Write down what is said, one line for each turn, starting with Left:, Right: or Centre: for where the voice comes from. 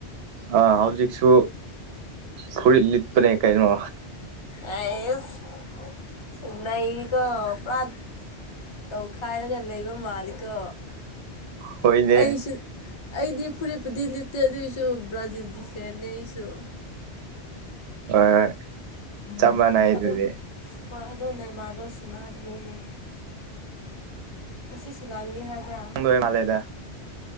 Right: ꯑꯥ ꯍꯧꯖꯤꯛꯁꯨ ꯐꯨꯔꯤꯠ ꯂꯤꯠꯄꯅꯦ ꯀꯩꯅꯣ
Left: ꯑꯥꯏꯁ ꯅꯩꯀꯣ ꯄꯔꯨꯋꯥ ꯇꯧꯈꯥꯏꯔꯒ ꯂꯩꯕ ꯃꯥꯜꯂꯤꯀꯣ
Right: ꯍꯣꯏꯅꯦ
Left: ꯑꯩꯁꯨ ꯑꯩꯗꯤ ꯐꯨꯔꯤꯠꯄꯨꯗꯤ ꯂꯤꯠꯇꯦ ꯑꯗꯨꯏꯁꯨ ꯕ꯭ꯔꯥꯖꯤꯜꯒꯤ ꯐꯦꯟꯅꯦ ꯑꯩꯁꯨ
Right: ꯍꯣꯏ ꯍꯣꯏ꯫
Left: ꯑꯥ
Right: ꯆꯞ ꯃꯥꯟꯅꯩ ꯑꯗꯨꯗꯤ
Left: ꯑꯗꯨ ꯍꯣꯏ ꯑꯗꯣ ꯅꯦꯃꯥꯔꯗꯣ ꯁꯨꯟꯅꯥꯗꯕꯅꯦ ꯉꯁꯤ ꯁꯥꯟꯅꯥꯒꯅꯤ ꯍꯥꯏꯕ꯭ꯔꯥ
Right: ꯇꯣꯏꯃꯜꯅ ꯂꯦꯗ